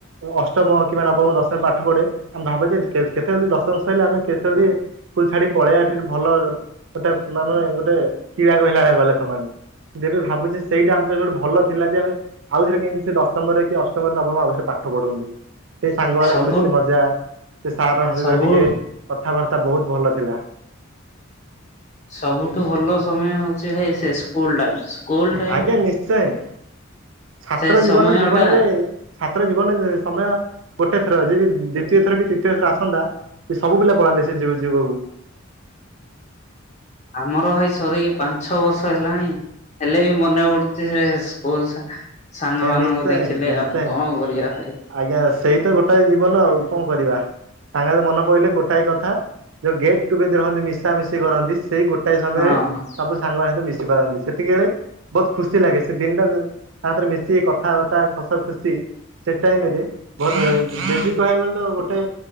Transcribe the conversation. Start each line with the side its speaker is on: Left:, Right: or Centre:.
Right: ଅଷ୍ଟମ କିମ୍ବା ନବମ ଦଶମରେ ପାଠ ପଢେ ଆମେ ଭାବୁଛେ ଯେ କେ-କେତେବେଳେ ଦଶମ ସଇଲା ଆମେ କେତେବେଳେ ସ୍କୁଲ ଛାଡି ପଳେଇଆ ଏଠି ଭଲ ଗୋଟେ ମାନେ ଗୋଟେ <unintelligible> ସମାନ ଯେବେ ଭାବୁଛି ସେଇଟା ଆ ସୋଠୁ ଭଲ ଥିଲା ଯେ ଆମେ ଆଉଥରେ କେମତି ସେ ଦଶମରେ କି ଅଷ୍ଟ ଅଷ୍ଟମରେ ନବରେ ପାଠ ପଢନ୍ତି ସେଇ ସାଙ୍ଗ ମାନ
Left: ସବୁ
Right: ଖୁସି ମଜା ସେ ସାରଙ୍କ ସହିତ
Left: ସବୁ
Right: ଟିକେ କଥାବାର୍ତ୍ତା ବହୁତ ଭଲ ଥିଲା।
Left: ସବୁଠୁ ଭଲ ସମୟ ହୋଉଚି ଭାଇ ସେ ସ୍କୁଲ ଟାଇମ ସ୍କୁଲ ଟାଇମ
Right: ଆଜ୍ଞା ନିଶ୍ଚୟ। ଛାତ୍ର
Left: ସେ
Right: ଜୀବନ
Left: ସମୟ
Right: ଜୀବନରେ
Left: ଟା
Right: ଛାତ୍ର ଜୀବନରେ ସମୟ ଗୋଟେ ଥର ଯଦି ଦ୍ଵିତୀୟ ଥର କି ତୃତୀୟ ଥର ଆସନ୍ତା ସେ ସବୁପିଲାପଳାନ୍ତେ ସେ ଯୁ ଯୁଗକୁ
Left: ଆମର ଭାଇ ସରିକି ପାଞ୍ଚ ଛ ବର୍ଷ ହେଲାଣି ହେଲେ ବି ମନେ ପଡୁଛି ସେ ସ୍କୁଲ ସା ସାଙ୍ଗ
Right: ହେ
Left: ମାନଙ୍କୁ
Right: ନିଶ୍ଚୟ
Left: ଦେଖିଲେ
Right: ନିଶ୍ଚୟ।
Left: ଆଉ କଣ କରିବା ଭାଇ
Right: ଆଜ୍ଞା ସେଇ ତ ଗୋଟାଏ ଜୀବନ ଆଉ କଣ କରିବା ସାଙ୍ଗ ମନେ ପଡିଲଲେ ଗୋଟାଏ କଥା ଯୋଉ ଗେଟ୍ ଟୁଗେଦର ହନ୍ତି ମିଶାମ ମିଶି କରନ୍ତି ସେଇ ଗୋଟାଏ ସମୟରେ
Left: ହଁ
Right: ସବୁ ସାଙ୍ଗ ସହିତ ମିଶ ପାରନ୍ତି ସେତିକି ବେଳେ ବହୁତ ଖୁସି ଲାଗେ ସେ ଦିନଟା ତାରେ ମିଶ ସେ କଥାବାର୍ତ୍ତା ହସ ଖୁସି ସେ ଟାଇମ ରେ ବହୁତ ଯଦି କହିବାକୁ ଗଲେ ତ ଗୋଟେ